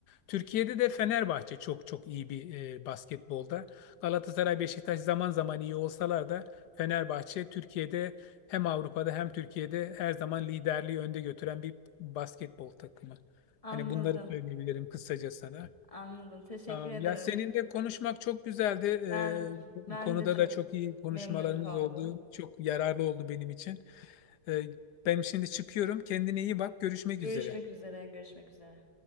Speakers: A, on the left (about 75°); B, on the left (about 20°).
A: Türkiye'de de Fenerbahçe çok çok iyi bir e, basketbolda. Galatasaray, Beşiktaş zaman zaman iyi olsalar da Fenerbahçe Türkiye'de hem Avrupa'da hem Türkiye'de her zaman liderliği önde götüren bir basketbol takımı.
B: Anladım.
A: Hani bunları söyleyebilirim kısaca sana.
B: Anladım. Teşekkür
A: Tamam.
B: ederim.
A: Ya seninle konuşmak çok güzeldi. Ee,
B: Ben ben
A: bu konuda
B: de çok
A: da çok iyi konuşmalarımız
B: memnun kaldım.
A: oldu. Çok yararlı oldu benim için. Ee, ben şimdi çıkıyorum. Kendine iyi bak. Görüşmek
B: Görüşmek
A: üzere.
B: üzere. Görüşmek üzere.